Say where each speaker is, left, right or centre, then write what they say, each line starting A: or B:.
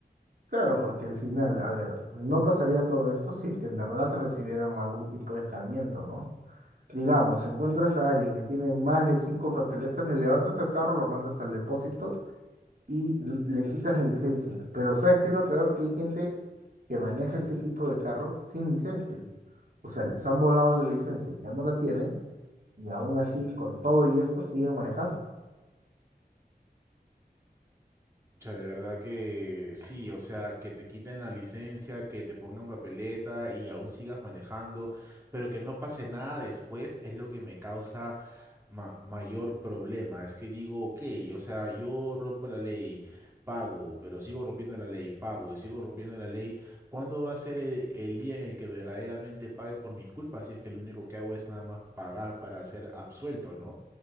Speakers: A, on the right; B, on the right.
A: Claro, porque al final, a ver, no pasaría todo esto si es que en verdad recibieran algún tipo de escarmiento, ¿no? Digamos, encuentras a alguien que tiene más de cinco papeletas, le levantas el carro, lo mandas al depósito y l- le quitas la licencia. Pero ¿sabes qué es lo peor? Que hay gente que maneja este tipo de carro sin licencia. O sea, les han volado la licencia, ya no la tienen Y aún así, con todo y esto, siguen manejando.
B: Pucha, de verdad que sí, o sea, que te quiten la licencia, que te pongan papeleta y aún sigas manejando, pero que no pase nada después es lo que me causa ma- mayor problema. Es que digo, ok, o sea, yo rompo la ley, pago, pero sigo rompiendo la ley, pago y sigo rompiendo la ley. ¿Cuándo va a ser el, el día en el que verdaderamente pague por mis culpas? Si es que lo único que hago es nada más pagar para ser absuelto, ¿no?